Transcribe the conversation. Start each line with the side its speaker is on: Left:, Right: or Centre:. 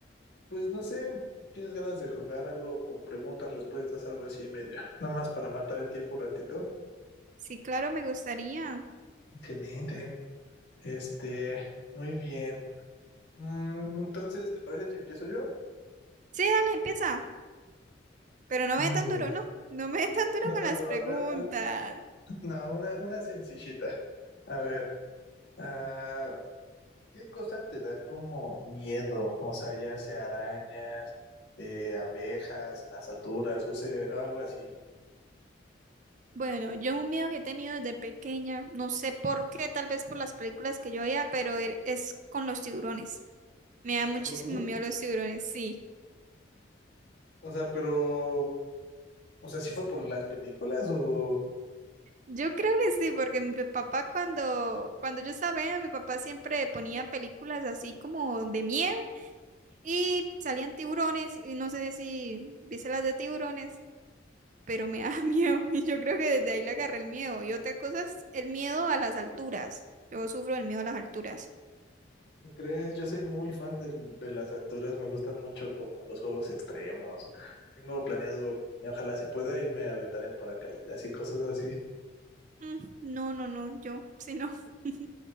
Left: Pues no sé, ¿tienes ganas de jugar algo como preguntas, respuestas, algo así medio? Nada más para matar el tiempo un ratito.
Right: Sí, claro, me gustaría.
Left: Excelente. Este, muy bien. Mm, entonces, ¿te parece si empiezo yo?
Right: Sí, dale, empieza, pero no
Left: Muy
Right: me dé tan
Left: bien.
Right: duro, no, no me dé tan duro
Left: No
Right: con
Left: tan
Right: las
Left: duro.
Right: preguntas.
Left: A ver, al- no, una, una sencillita. A ver, ah, ¿Qué cosa te da como miedo? O sea, ya sea arañas, eh, abejas, las alturas, o sea, algo así.
Right: Bueno, yo un miedo que he tenido desde pequeña, no sé por qué, tal vez por las películas que yo veía, pero er- es con los tiburones. Me
Left: ¿Los
Right: da muchísimo
Left: tiburones?
Right: miedo los tiburones, sí.
Left: O sea, pero, o sea, ¿sí fue por las películas o
Right: Yo creo que sí, porque mi papá cuando, cuando yo estaba, pequeña, mi papá siempre ponía películas así como de miedo y salían tiburones y no sé si viste las de tiburones, pero me da <laughs> miedo y yo creo que desde ahí le agarré el miedo. Y otra cosa es el miedo a las alturas. Yo sufro el miedo a las alturas.
Left: o crees? Yo soy muy fan del- de, las alturas, me gustan mucho como los juegos extremos. Tengo planeado, ojalá se pueda irme a aventar en paracaídas y cosas así.
Right: Mm, no, no, no, yo, sí, no. <laughs>